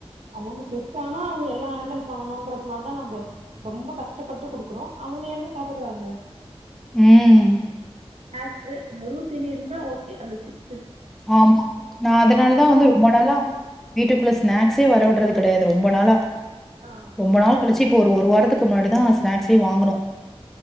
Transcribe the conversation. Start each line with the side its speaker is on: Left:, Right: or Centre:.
Right: அவுங்க பெருசானா அவுங்க எல்லாம் ஹேண்டல் பண்ணணுன்றதுனால தா நம்ம ரொம்ப கஷ்டப்பட்டு குடுக்குறோம் அவுங்க எங்க சாப்றாங்க
Centre: ம்
Right: ஸ்நாகஸ் நொறுவு தீனி இருந்தா ஓக் அந்த சிப்
Centre: ஆமா நா அதுனால
Right: மாரின்னா
Centre: தா வந்து ரொம்ப
Right: ஓகே
Centre: நாளா வீட்டுக்குள்ள ஸ்நாக்ஸே வர விடுறது கெடயாது ரொம்ப நாளா
Right: ஆ
Centre: ரொம்ப நாள் கழிச்சு இப் இப்போ ஒரு வாரத்துக்கு முன்னாடிதான் ஸ்நாக்ஸ் ஏ வாங்குனோ